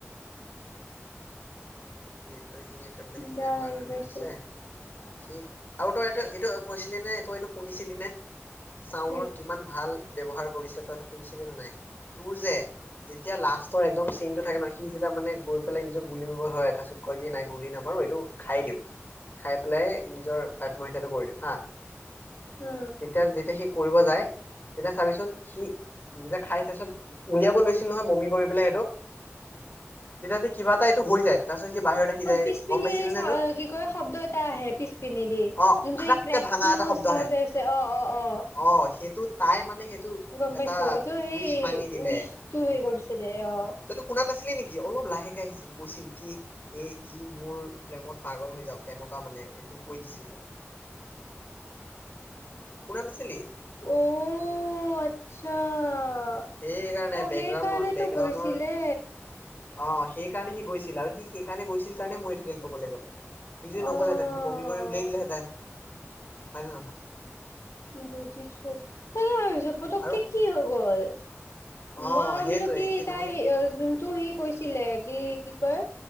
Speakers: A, on the left (about 40°); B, on the left (about 75°).
A: নি <unintelligible> িন <unintelligible> টেবেলেত খোৱাৰ
B: বেয়া লাগি
A: কাৰণে
B: গৈছে
A: হৈছে। সি আৰু তই এইটো-এইটো কৈছিলি নে তই এইটো শুনিছিলি নে? চাউনৰ
B: কি
A: কিমান ভাল ব্যৱহাৰ কৰিছে তইটো শুনিছিলি নে নাই, তোৰ যে যেতিয়া লাষ্টৰ একদম চিনটো থাকে ন, সি যেতিয়া মানে গৈ পেলাই নিজৰ গুলি মাৰত হয় এটা কয় কি নাই গুলি নামাৰো এইটো খাই দিওঁ। খাই পেলাই নিজৰ আত্মহত্যাটো কৰি দিওঁ হাঁ।
B: উম,
A: তেতিয়া যেতিয়া শি কৰিব যায় তেতিয়া চাবিচোন সি যেতিয়া খাই তাৰিছত উলিয়াব লৈছিল নহয় বমি কৰি পেলাই সেইটো তেতিয়া তে কিবা এটা এইটো হৈ যায়। তাৰপিছত সি বাহিৰত আহি যায়
B: অঁ পিছপিনিৰ
A: গম পাইছিলি
B: এই চ-কি
A: নে এইটো
B: কয় শব্দ এটা আহে পিছপিন দি
A: অ
B: যোনটো
A: খাৰাককে
B: এই ক্ৰেিং
A: ভাঙা এটা শব্দ
B: চাতে
A: আহে
B: আছে অঁ', অঁ', অঁ',
A: অ সেইটো তাই মানে সেইটো
B: গম
A: এটা
B: পাইছো তটো সেই
A: উইচ মাঙি দিলে
B: উইচটো হে কৰিছে দে অ।
A: তইতো শুনা নাছিলি নেকি কি অলপ লাহেকে আহিছিল কৈছিল। কি এ ই মোৰ প্ৰেমত পাগল হৈ যাওঁক, তেনেকুৱা মানে এইটো কৈ দিছিল যাই শুনা নাছিলি?
B: অঁঔ, আচ্ছা। অঁ',
A: সেইকাৰণে
B: অঁ',
A: বেকগ্ৰাউণ্ড
B: সেইকাৰণেতো
A: বেকগ্ৰাউণ্ডৰ
B: গৈছিলে।
A: অ সেই কাৰণে সি গৈছিল, আৰু সি সেইকাৰণে গৈছিল কাৰণে মৰি থাকিল কবলৈ গ'লে। সি যি
B: অ'।
A: নগললেহেঁতেন সি বমি কৰি উলিয়াই দিলে হেঁতেন। হয়নে, নহয়?
B: বুজিছো তাক কি হয়। পতককে
A: আৰু
B: কি হৈ গ'ল
A: অ
B: মই ভাবিলো
A: সেইটোৱে
B: কি
A: সি
B: তাই
A: নহলে
B: যোনটো সি কৈছিলে কি, কি কয়